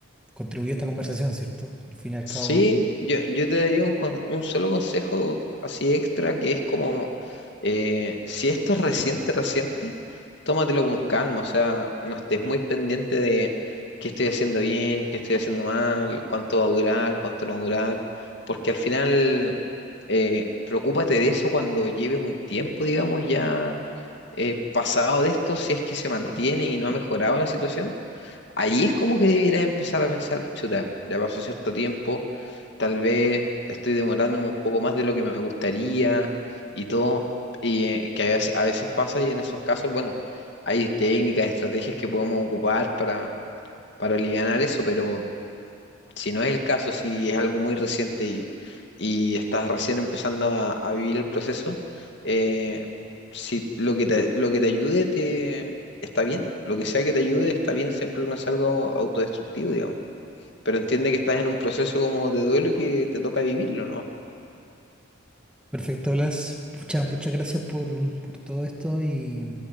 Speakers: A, in the centre; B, on the left.
A: contribuyó a esta conversación, ¿cierto? Al fin y al
B: Sí,
A: cabo.
B: yo, yo te daría un, con- un solo consejo así extra que es como, eh, si esto es reciente, reciente, tómatelo con calma, o sea, no estés muy pendiente de qué estoy haciendo bien, qué estoy haciendo mal, cuánto va a durar, cuánto no va a durar, porque al final, eh, preocúpate de eso cuando lleves un tiempo, digamos, ya eh, pasado de esto, si es que se mantiene y no ha mejorado la situación Ahí es como que debieras empezar a pensar, chuta, ya pasó cierto tiempo, tal vez estoy demorándome un poco más de lo que me gustaría y todo, y eh, que a veces, a veces pasa y en esos casos, bueno, hay técnicas, estrategias que podemos ocupar para, para alivianar eso, pero si no es el caso, si es algo muy reciente y, y estás recién empezando a, a vivir el proceso, eh, si lo que te, lo que te ayude te, está bien, lo que sea que te ayude está bien, siempre que no es algo autodestructivo, digamos. Pero entiende que estás en un proceso como de duelo y que te toca vivirlo, ¿no?
A: Perfecto, Blas. Muchas, muchas gracias por, por todo esto y